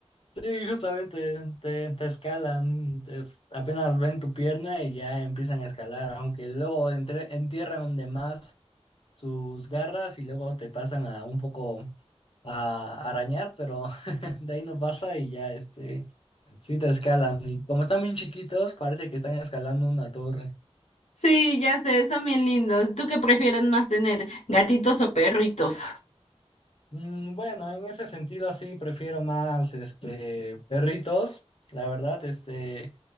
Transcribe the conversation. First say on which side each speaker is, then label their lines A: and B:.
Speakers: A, on the left (about 55°); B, on the left (about 80°).
A: sí, justamente te, te escalan, te- apenas ven tu pierna y ya empiezan a escalar, aunque luego entre- entierran de más sus garras y luego te pasan a un poco a arañar, pero <laughs> de ahí no pasa y ya, este, sí te escalan. Y como están bien chiquitos, parece que están escalando una torre.
B: Sí, ya sé, son bien lindos. ¿Tú qué prefieres más tener, gatitos o perritos?
A: Mm, bueno, en ese sentido sí prefiero más, este, perritos. La verdad, este,